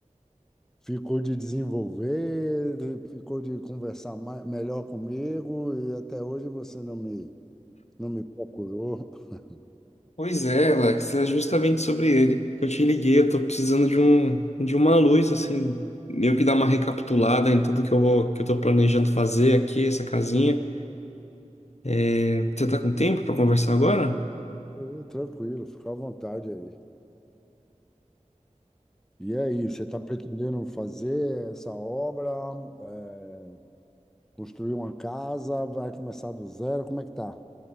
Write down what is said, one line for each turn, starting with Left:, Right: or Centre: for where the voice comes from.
Centre: ficou de desenvolver, ficou de conversar mais, melhor comigo e até hoje você não me, não me procurou. <laughs>
Left: pois é, Alex, é justamente sobre ele que eu te liguei. Eu tô precisando de um, de uma luz, assim, meio que dar uma recapitulada em tudo que eu vou, que eu tô planejando fazer aqui, essa casinha. É, você tá com tempo pra conversar agora?
Centre: Ô, tranquilo, fica à vontade aí. E aí, você está pretendendo fazer essa obra, eh, construir uma casa, vai começar do zero, como é que tá?